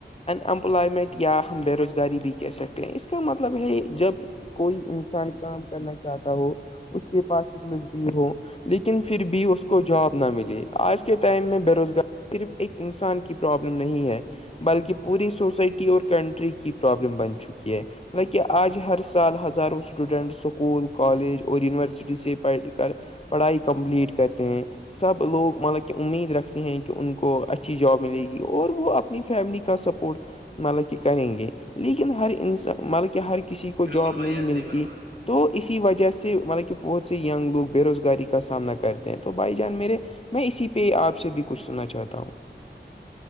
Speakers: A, on the left; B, on the right.
A: امپلائمنٹ یا ہم بے روزگاری بھی کہہ سکتے ہیں اس کا مطلب ہے جب کوئی انسان کام کرنا چاہتا ہو اس کے پاس ایک لزبی ہو لیکن پھر بھی اس کو جاب نہ ملے آج کے ٹائم میں بے روزگار صرف ایک انسان کی پرابلم نہیں ہے بلکہ پوری سوسائٹی اور کنٹری کی پرابلم بن چکی ہے لکہ آج ہر سال ہزاروں اسٹوڈینٹ اسکول کالج اور یونیورسٹی سے پڑھ کر پڑھائی کمپلیٹ کرتے ہیں سب لوگ مطلب کہ امید رکھتے ہیں کہ ان کو اچھی جاب ملے گی اور وہ اپنی فیملی کا سپ مطلب کہ کریں گے لیکن ہر انسان مطلب کہ ہر کسی کے کو
B: بالکل
A: جاب
B: بھائی
A: نہیں
B: جان
A: ملتی
B: صحیح فرما رہے
A: تو اسی وجہ سے مطلب کہ بہت سے ینگ لوگ بےروزگاری کا سامنا کرتے ہیں تو بائی جان میرے میں اسی پہ آپ سے بھی کچھ سننا چاہتا ہوں